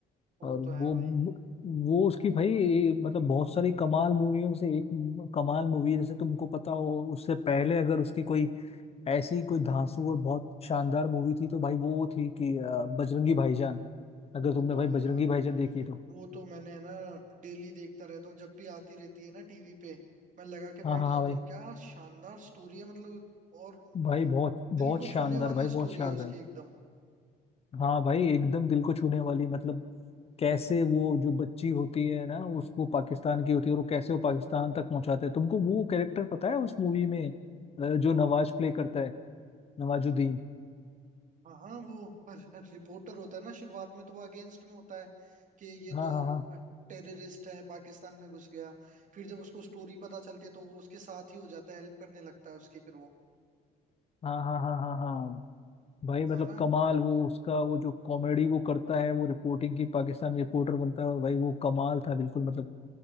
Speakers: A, on the right; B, on the left.
A: वो
B: और
A: तो है
B: वो
A: भाई
B: वो उसकी भाई मतलब बहुत सारी कमाल मूवियों से एक कमाल मूवी है जैसे तुमको पता हो उससे पहले अगर उसकी कोई ऐसी कोई धांसू और बहुत शानदार मूवी थी तो भाई वो वो थी कि अ, बजरंगी भाईजान अगर
A: वो
B: तुमने
A: तो
B: भाई बजरंगी
A: यार
B: भाईजान देखी है तो
A: वो तो मैंने है ना डेली देखता रहता हूँ जब भी आती रहती है ना टीवी पे मैं लगा के बैठ
B: हाँ हाँ
A: जाता
B: हाँ भाई
A: हूँ क्या शानदार स्टोरी है मतलब और
B: भाई बहुत
A: दिल
B: बहुत
A: को
B: शानदार
A: छूने वाली
B: भाई बहुत
A: स्टोरी
B: शानदार
A: है उसकी एकदम
B: हाँ भाई एकदम दिल को छूने वाली मतलब कैसे वो जो बच्ची होती है ना उसको पाकिस्तान की होती है और वो कैसे वो पाकिस्तान तक पहुंचाते हैं तुमको वो कैरेक्टर पता है उस मूवी में अ, जो नवाज प्ले करता है नवाजुद्दीन
A: हाँ हाँ वो हर, हर रिपोर्टर होता है ना शुरुआत में तो वो अगेंस्ट में होता है कि ये
B: हाँ
A: तो
B: हाँ
A: टेररिस्ट है पाकिस्तान में घुस गया फिर जब उसको स्टोरी पता चलती है तो वो उसके साथ ही हो जाता है हेल्प करने लगता है उसकी फिर वो
B: हाँ हाँ हाँ हाँ हाँ हाँ भाई मतलब
A: है ना
B: कमाल वो उसका वो जो कॉमेडी वो करता है वो रिपोर्टिंग की पाकिस्तान रिपोर्टर बनता है और भाई वो कमाल था बिल्कुल मतलब